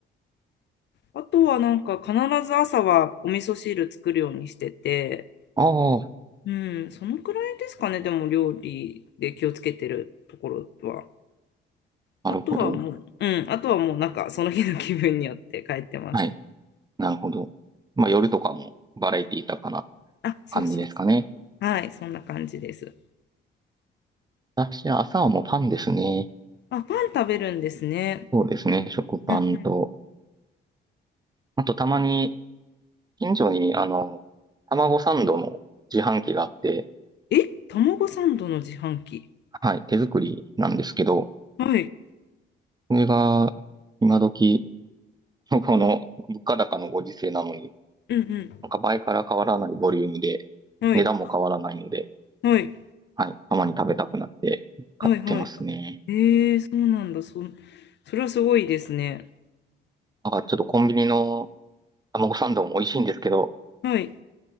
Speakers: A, on the left; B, on the right.
A: あとはなんか必ず朝はお味噌汁作るようにしてて、
B: ああ、
A: うん、そのくらいですかね、でも料理で気をつけてるところは。
B: なるほど。
A: あとはもう、うん、あとはもうなんかその日の気分によって変えてます。
B: はい。なるほど。まあ、夜とかもバラエティ豊かな
A: あ、そうそうそ
B: 感じですかね。
A: う。はい、そんな感じです。
B: 私は朝はもうパンですね。
A: あ、パン食べるんですね。
B: そうですね。食パンと。
A: うんうん。
B: あと、たまに、近所に、あの、卵サンドの自販機があって、
A: え、卵サンドの自販機。
B: はい、手作りなんですけど、
A: はい、
B: それが、今時、この物価高のご時世なのに、
A: うん
B: なんか倍から変わらないボリュームで、
A: うん。はい、
B: 値段も変わらないので、
A: はい、
B: はい。たまに食べたくなって買ってますね。
A: はい、はい。えー、そうなんだ。そ、それはすごいですね。
B: なんかちょっとコンビニの卵サンドも美味しいんですけど、
A: はい。